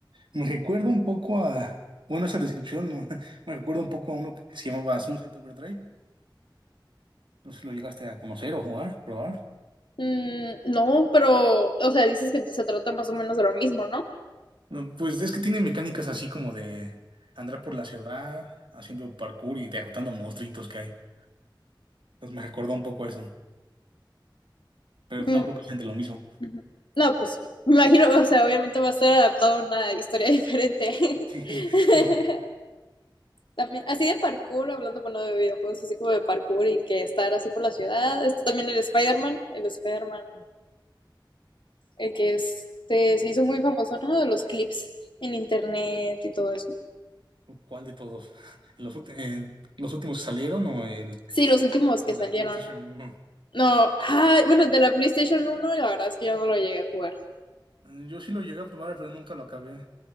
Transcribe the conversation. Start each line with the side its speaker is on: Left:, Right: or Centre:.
Right: Me recuerda un poco a, bueno, esa descripción, ¿no? <laughs> Me recuerda un poco a uno que se llamaba Sunset Overdrive. No sé si lo llegaste a conocer o jugar, probar.
Left: Mm, no, pero, o sea, dices que se trata más o menos de lo mismo, ¿no?
Right: No, Pues es que tiene mecánicas así como de andar por la ciudad haciendo parkour y derrotando monstruitos que hay. Pues me recordó un poco eso, pero
Left: Mm,
Right: no creo que sean de lo mismo.
Left: ujú. No, pues me imagino, o sea, obviamente va a estar adaptado a una historia <laughs> diferente.
Right: Sí.
Left: <laughs>
Right: <laughs>
Left: También, así de parkour, hablando, bueno, de videojuegos, así como de parkour y que estar así por la ciudad. Está también el Spider-Man, el Spider-Man, el que este, se hizo muy famoso, ¿no? De los clips en internet y todo eso.
Right: ¿Cuál de todos? ¿Los, ulti- eh, los últimos que salieron o el
Left: Sí, los últimos
Right: de
Left: que
Right: la
Left: salieron.
Right: PlayStation uno.
Left: No, ah, bueno, de la PlayStation 1, la verdad es que yo no lo llegué a jugar.
Right: Eh, Yo sí lo llegué a probar, pero nunca lo acabé.